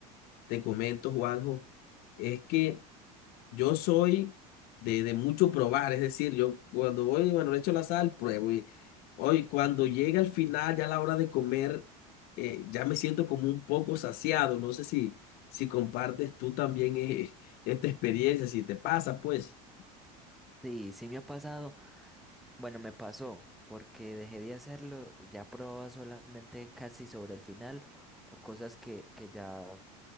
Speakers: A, on the left; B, in the centre.
A: te comento, Juanjo, es que yo soy de, de mucho probar, es decir, yo cuando voy, bueno, le echo la sal, pruebo y hoy cuando llega al final, ya a la hora de comer, eh, ya me siento como un poco saciado. No sé si, si compartes tú también eh, <laughs> esta experiencia, si te pasa, pues,
B: Sí, sí me ha pasado Bueno, me pasó, porque dejé de hacerlo, ya probaba solamente casi sobre el final o cosas que, que ya